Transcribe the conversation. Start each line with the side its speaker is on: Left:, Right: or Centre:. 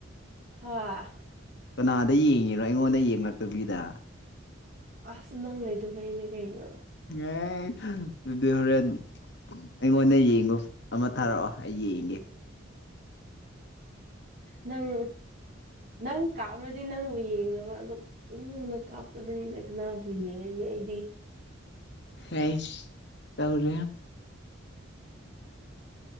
Right: ꯍꯣꯏ
Left: ꯀꯅꯥꯗ ꯌꯦꯡꯉꯤꯔꯣ ꯑꯩꯉꯣꯟꯗ ꯌꯦꯡꯂꯛꯇꯕꯤꯗ
Right: ꯑꯁ ꯅꯪ ꯂꯩꯇꯕꯩꯅꯦ ꯀꯩꯅꯣ
Left: ꯑꯦ ꯑꯗꯨꯗꯤ ꯍꯣꯔꯦ ꯑꯩꯉꯣꯟꯗ ꯌꯦꯡꯕ ꯑꯃ ꯊꯥꯔꯛꯑꯣ ꯑꯩ ꯌꯦꯡꯒꯦ
Right: ꯅꯪ ꯅꯪ ꯀꯥꯞꯔꯗꯤ ꯅꯪꯕꯨ ꯌꯦꯡꯅꯕ ꯑꯗꯨ ꯅꯪꯅ ꯀꯥꯞꯇꯕꯅꯤꯅ ꯀꯅꯥꯕꯨ ꯌꯦꯡꯉꯤꯅꯦ ꯑꯩꯗꯤ
Left: ꯍꯩꯁ ꯇꯧꯔꯦ